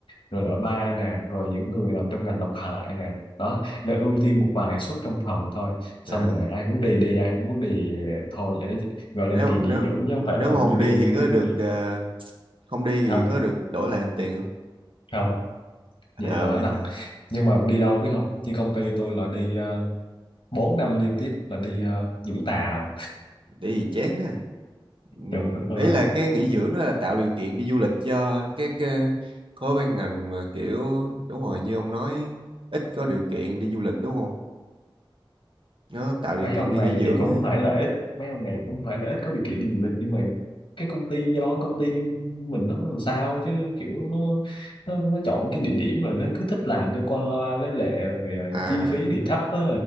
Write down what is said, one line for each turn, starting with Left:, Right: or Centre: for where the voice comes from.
Left: rồi loại
Right: ừ.
Left: 3 nè rồi những người làm trong ngành độc hại nè đó là ưu tiên một vài suất trong phòng thôi xong
Right: à,
Left: rồi ai muốn đi đi ai không muốn đi ờ, thôi vậy đó gọi là
Right: nếu
Left: kỳ nghỉ
Right: nếu
Left: dưỡng chứ không phải
Right: nếu
Left: là
Right: mà
Left: building
Right: không đi thì có
Left: team
Right: được
Left: building
Right: à, không đi thì
Left: không
Right: có được đổi lại hành tiền không
Left: không Vậy
Right: à
Left: là nó
Right: vậy
Left: đặc
Right: hả
Left: nhưng mà đi đâu biết không như công ty tôi là đi uh, 4 năm liên tiếp là đi ờ, Vũng Tàu
Right: đi thì chán đó ừ.
Left: trời đất
Right: ấy
Left: ơi
Right: là cái nghỉ dưỡng đó là tạo điều kiện đi du lịch cho các ờ, khối ban ngành mà kiểu đúng rồi như ông nói ít có điều kiện đi du lịch đúng không nó tạo điều
Left: mấy
Right: kiện
Left: ông
Right: đi
Left: này
Right: nghỉ dưỡng
Left: thì cũng
Right: á
Left: không phải là ít mấy ông này
Right: ừ.
Left: cũng không phải là ít có điều kiện đi du lịch nhưng mà cái công ty do cái công ty mình nó làm sao chứ kiểu nó nó, nó chọn cái địa điểm rồi nó cứ thích làm cho qua loa lấy lệ rồi ờ,
Right: à
Left: chi phí thì thấp á